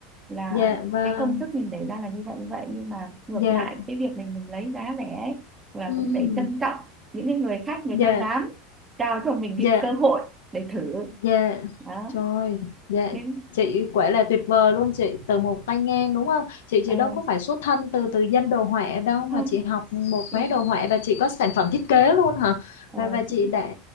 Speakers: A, on the right; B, on the left.
A: là
B: dạ, vâng,
A: cái công sức mình để ra là như vậy như vậy nhưng mà ngược
B: dạ.
A: lại cái việc mình mình lấy giá rẻ ấy, là
B: Ừm,
A: cũng để trân trọng những cái người khách người
B: dạ
A: ta dám trao cho mình
B: dạ
A: cái cơ hội để thử
B: dạ
A: đó
B: trời dạ
A: Thế
B: chị quả là tuyệt vời luôn chị từ một tay ngang đúng không chị
A: ờ,
B: chị đâu có phải xuất thân từ từ dân đồ họa đâu mà
A: không
B: chị học một
A: chị
B: khóa
A: ạ.
B: đồ họa và chị có sản phẩm thiết kế luôn hả
A: Ờ,
B: và và
A: chị
B: chị đã